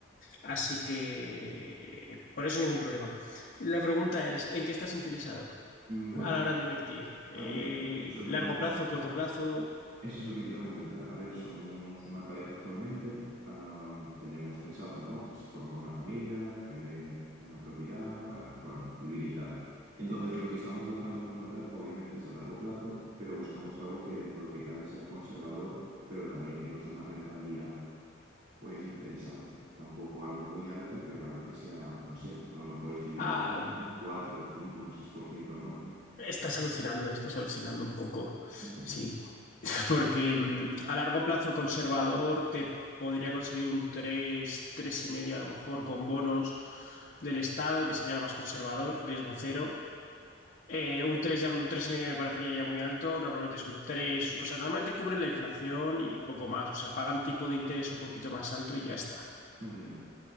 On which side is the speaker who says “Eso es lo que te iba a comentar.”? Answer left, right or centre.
Right